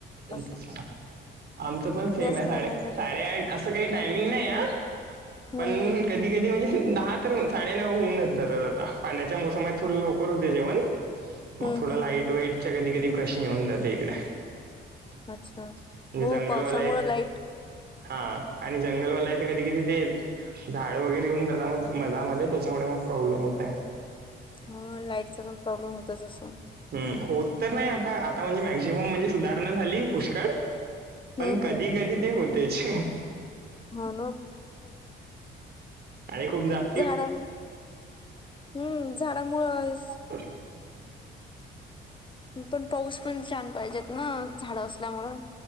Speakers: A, on the right (about 55°); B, on the left (about 25°).
A: अच्छा
B: असं
A: आमचं पण सेम
B: याच
A: आहे
B: टाइम
A: साडे
B: मध्ये होते
A: साडेआठ असं काही टायमिंग नाही ह.
B: हम्म
A: पण
B: हम्म
A: कधी धी म्हणजे दहा तर साडे नऊ होऊनच जातात आता पाण्याच्या मोसमात थोड लवकर होते जेवण. मग
B: हम्म
A: थोडं
B: हम्म
A: लाईट
B: हम्म
A: वाईटच्या कधी कधी प्रश्न येऊन जाते इकडे.
B: अच्छा.
A: म्हणजे
B: हो
A: जंगलवाला
B: पावसामुळ
A: एरिया
B: लाईट
A: हा आणि जंगलवाला आहे तर कधी कधी ते झााड वगैरे येऊन जात म मधामध्ये त्याच्यामुळे मग प्रॉब्लेम होते.
B: ह लाईटचा पण प्रॉब्लेम होतचसं.
A: हम होत तर नाही आता आता म्हणजे मॅक्झिमम म्हणजे सुधारणा झाली पुष्कळ.
B: हम्म
A: पण कधी
B: हम्म
A: कधी ते होतेच.
B: हा ना.
A: आणि खूप जास्त
B: झाडामुळे हम्म झाडामुळें आहे
A: अ.
B: पण पाऊस पण छान पाहिजेत ना झाडं असल्यामुळ.